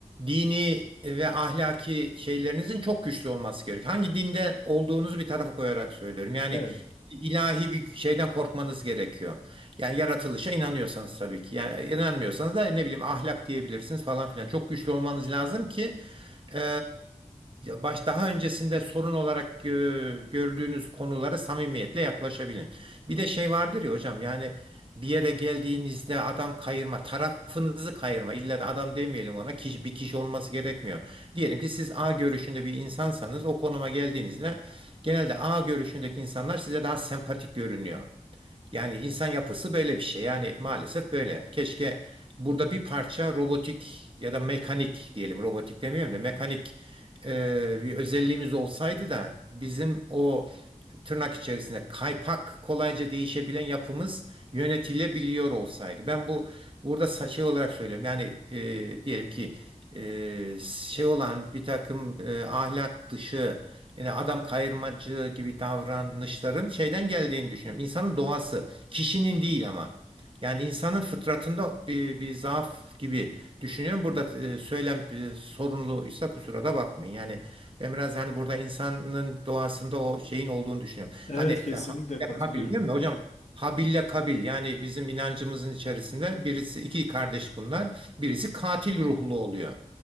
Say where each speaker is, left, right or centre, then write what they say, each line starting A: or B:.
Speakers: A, on the right; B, on the left.
A: dini ve ahlaki şeylerinizin çok güçlü olması gerekiyor. Hangi dinde olduğunuzu bir tarafa koyarak söylüyorum. Yani
B: Evet.
A: ilahi bir şeyden korkmanız gerekiyor. Yani yaratılışa inanıyorsanız tabii ki. Yani inanmıyorsanız da ne bileyim ahlak diyebilirsiniz falan filan. Çok güçlü olmanız lazım ki e, baş daha öncesinde sorun olarak e, gördüğünüz konulara samimiyetle yaklaşabilin. Bir de şey vardır ya hocam yani bir yere geldiğinizde adam kayırma, tarafınızı kayırma. İlla da adam demeyelim ona. Kişi, bir kişi olması gerekmiyor. Diyelim ki siz A görüşünde bir insansanız o konuma geldiğinizde genelde A görüşündeki insanlar size daha sempatik görünüyor. Yani insan yapısı böyle bir şey. Yani maalesef böyle. Keşke burada bir parça robotik ya da mekanik diyelim. Robotik demiyorum da mekanik e, bir özelliğimiz olsaydı da bizim o tırnak içerisinde kaypak kolayca değişebilen yapımız yönetilebiliyor olsaydı. Ben bu burada sa- şey olarak söylüyorum. Yani e, diyelim ki e, şey olan bir takım e, ahlak dışı yani adam kayırmacı gibi davranışların şeyden geldiğini düşünüyorum. İnsanın doğası, kişinin değil ama. Yani insanın fıtratında bir, bir zaaf gibi düşünüyorum. Burada e, söylem e, sorunluysa kusura da bakmayın. Yani ben biraz yani burada insanın doğasında o şeyin olduğunu düşünüyorum.
B: Evet
A: Hani e,
B: kesinlikle
A: Habil'le
B: katılıyorum.
A: Kabil değil mi hocam? Habil'le Kabil yani bizim inancımızın içerisinde birisi iki kardeş bunlar. Birisi katil ruhlu oluyor.